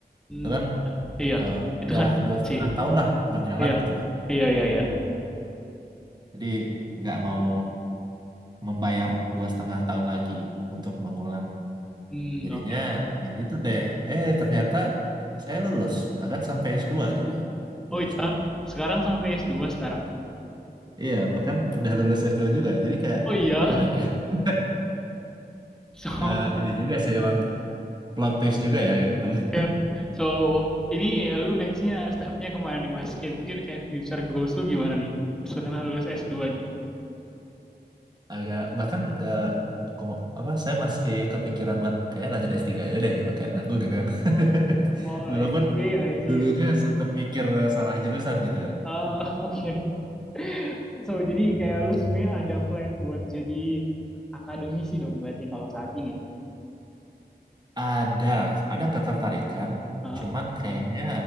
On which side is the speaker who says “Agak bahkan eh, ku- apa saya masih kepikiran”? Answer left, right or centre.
Right